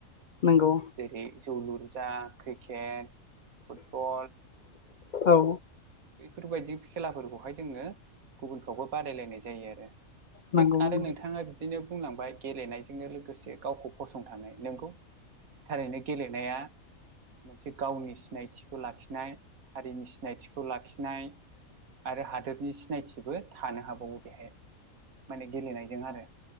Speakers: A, on the left (about 60°); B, on the right (about 85°).
A: नंगौ
B: जेरै जौ लुरजा क्रिकेट फुटबल
A: औ
B: बेफोरबायदि खेलाफोरखौहाय जोङो गुबुनफ्रावबो बादायलायनाय जायो आरो
A: नंगौ
B: थिग
A: नंगौ
B: आरो नोंथाङा बिदिनो बुंलांबाय गेलेनायजोंनो लोगोसे गावखौ फसंथानाय नोंगौ थारैनो गेलेनाया मोनसे गावनि सिनायथिखौ लाखिनाय हारिनि सिनायथि खौ लाखिनाय आरो हादोरनि सिनायथिबो थानो हाबावो बेहाय माने गेलेनायजों आरो